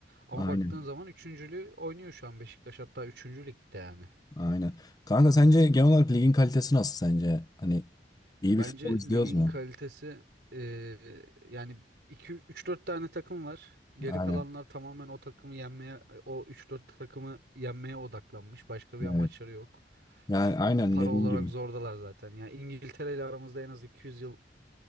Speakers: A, on the right; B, on the left.
A: Ama
B: Aynen.
A: baktığın zaman üçüncülüğü oynuyor şu an Beşiktaş hatta üçüncü ligde yani.
B: Aynen. Kanka sence genel olarak ligin kalitesi nasıl sence? Hani iyi
A: Bence
B: bir futbol izliyoruz
A: ligin
B: mu?
A: kalitesi eee, yani iki üç dört tane takım var. Geri
B: Aynen.
A: kalanlar tamamen o takımı yenmeye o üç dört takımı yenmeye odaklanmış. Başka bir amaçları
B: Evet.
A: yok.
B: Yani
A: Fi-
B: aynen
A: Para
B: dediğin
A: olarak
B: gibi.
A: zordalar zaten. Ya İngiltere ile aramızda en az 200 yıl